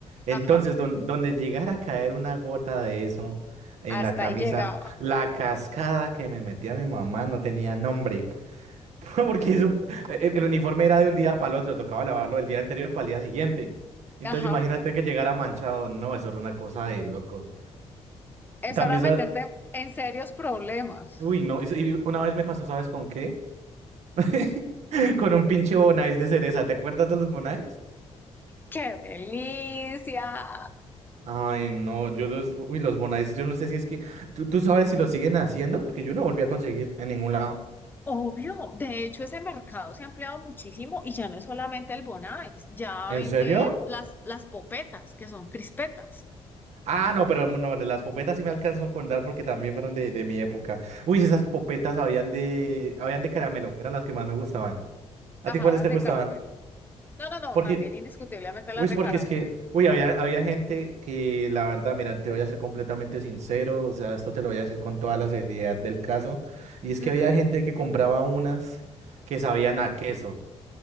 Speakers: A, on the right; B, on the left.
A: Entonces,
B: Ajá,
A: don- donde llegara a caer una gota de eso en
B: hasta
A: la camisa,
B: ahí llegaba.
A: la cascada que me metía mi mamá no tenía nombre, <laughs> porque eso, el, el uniforme era de un día para el otro, tocaba lavarlo el día anterior para el día siguiente. Entonces,
B: Ajá,
A: imagínate que llegara manchado, no, eso era una cosa de locos.
B: eso
A: También,
B: era meterte
A: ¿sabes?
B: en serios problemas.
A: Uy, no, y- y una vez me pasó, ¿sabes con qué? <laughs> Con un pinche Bonais de cereza, ¿te acuerdas de los Bonais?
B: ¡Qué delicia!
A: Ay, no, yo los, uy, los Bonais, yo no sé si es que, ¿tú, tú sabes si los siguen haciendo? Porque yo no volví a conseguir en ningún lado.
B: Obvio, de hecho ese mercado se ha ampliado muchísimo y ya no es solamente el Bonais, ya
A: ¿En
B: venden
A: serio?
B: las, las popetas, que son crispetas.
A: Ah, no, pero no, de las popetas sí me alcanzo a contar porque también fueron de, de mi época. Uy, esas popetas habían de, habían de caramelo, eran las que más me gustaban. ¿A
B: Ajá,
A: ti cuáles te
B: de
A: gustaban?
B: caramelo. No, no, no,
A: Porque
B: también indiscutiblemente las
A: Uy,
B: de
A: porque
B: caramelo.
A: es que, uy, había, había gente que, la verdad, mira, te voy a ser completamente sincero, o sea, esto te lo voy a decir con toda la seriedad del caso, y es que
B: Ujú.
A: había gente que compraba unas que sabían a queso.